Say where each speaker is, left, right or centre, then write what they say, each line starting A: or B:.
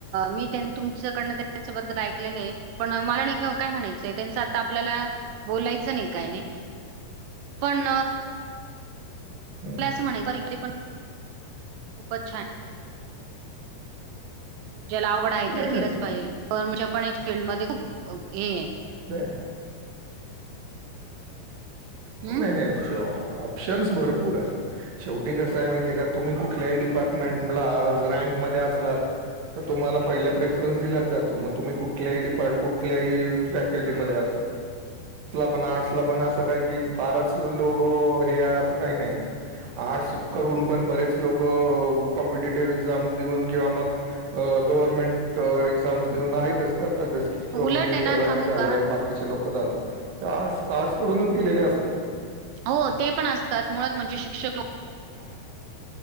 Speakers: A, on the right; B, on the right.
A: मी तुमच्याकडन त्यांच्याबद्दल ऐकलेले आहे पण मला नाही काय म्हणायचंय त्यांच आता आपल्याला बोलायचं नाही काय नाही पण
B: हं.
A: मला असं म्हणा परिक्रय पण खूपच छान आहे ज्याला आवड आहे त्यां
B: नाही
A: केलंच पाहिजे पण म्हणजे पण फीलल्डमध्येध्ये खूप हे आहे
B: बर
A: हम्म
B: नाही नाही ऑप्शन्स भरपूर आहेत शेवटी कस आहे माहिती आहे का तुम्ही कुठल्याही डिपार्टमेंटला रँकमध्येध्ये असलात तर तुम्हाला पहिला प्रेफरन्स दिलाच जातो मग तुम्ही कुठल्याही ि कुठल्याही फॅकल्टी र् पण आर्ला पण अस काय क फारच लोग हे आहे असं काही नाही आहे आर्ट्स करून पण बरेच लोकं कॉम्पिटेटिव्ह एक्झाम देऊन किंवा मग गव्हर्नमेंट एक्झाम्स देऊन आहेस करतातस की किंवा
A: उलट
B: मग
A: आहे ना
B: तलाट
A: सांगू
B: झालं
A: का
B: आहे बाकीचे लोक डूनच गे अस
A: हो ते पण असतात मुात म्हणजे शिक्षक
B: ह